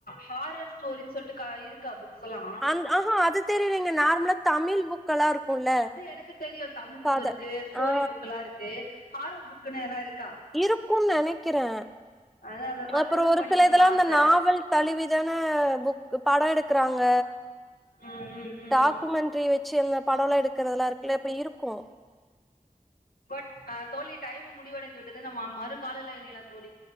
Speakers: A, on the left; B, in the centre.
A: ஹாரர் ஸ்டோரின்னு சொல்ட்டு க இருக்கா புக்ஸ் எல்லா
B: அந் ஆஹா அது தெரியலெங்க நார்மலா தமிழ் புக் க்கல்லா இருக்குல்ல
A: அது எனக்கு தெரியு தமிழ் புக்கு
B: கத
A: இருக்கு ஸ்டோரி
B: ஆ
A: புக் எல்லா இருக்கு ஹாரர் புக்ன்னா எதுனா இருக்
B: இருக்குன்னு நெனைக்கிறே
A: அதா அதெல்லா
B: அப்றொ ஒரு
A: படிக்கணுனு
B: சில இதெல்லா
A: ஆச
B: இந்த நாவல் தழுவிதான புக் படொ எடுக்குறாங்க
A: ம் ம் ம்
B: டாக்குமெண்ட்ரி வச்சு இந்த படொல்லா எடுக்கறதெலா இருக்குல்ல இப்டி இருக்கு
A: பட் அ தோழி டைம்மு முடிவடைந்து விட்டது நம்ம மறு கால்ல இணையலா தோழி